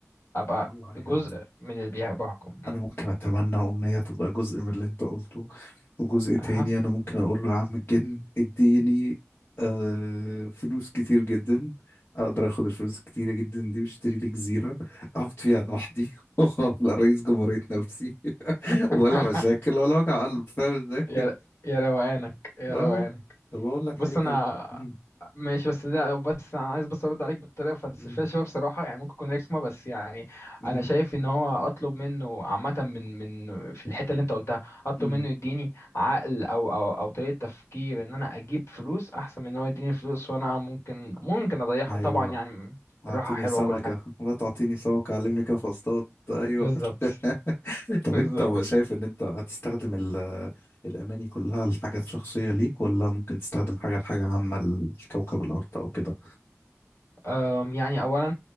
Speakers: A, on the left (about 60°); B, on the left (about 45°).
A: ابقى
B: والله يعني
A: جزء من اللي بيها- بحكم أمم.
B: انا ممكن اتمنى امنية تبقى جزء من اللي انت قلته وجزء
A: اها
B: تاني انا ممكن اقول له يا عم الجن اديني آه فلوس كتير جدا اقدر اخد الفلوس الكتيرة جدا دي واشتري لي جزيرة اقعد فيها لوحدي <laughs> وابقى رئيس جمهورية نفسي
A: <laughs>
B: ولا <laughs> مشاكل ولا وجع قلب فاهم ازاي؟
A: يا يا روقانك يا
B: اه
A: روقانك
B: طب اقول لك
A: بص
B: حاجة تانية
A: انا
B: مم.
A: ماشي بس لا بس انا عايز بس ارد عليك بطريقه فلسفيه
B: مم.
A: شويه بصراحه يعني ممكن تكون رخمه بس يعني
B: مم.
A: انا شايف ان هو اطلب منه عامه من من في الحته اللي انت قلتها اطلب
B: مم.
A: منه يديني عقل او او او طريقه تفكير ان انا اجيب فلوس احسن من ان هو يديني فلوس وانا ممكن ممكن اضيعها
B: ايوه
A: طبعا يعني
B: اعطيني
A: الراحه حلوه
B: سمكة
A: وكل حاجه
B: لا تعطيني سمكة علمني كيف اصطاد ايوه
A: بالظبط
B: <laughs> طب
A: بالظبط
B: انت شايف ان انت هتستخدم ال- الاماني كلها لحاجات شخصية ليك ولا ممكن تستخدم حاجة لحاجة عامة لكوكب الارض او كده؟
A: أم، يعني اولا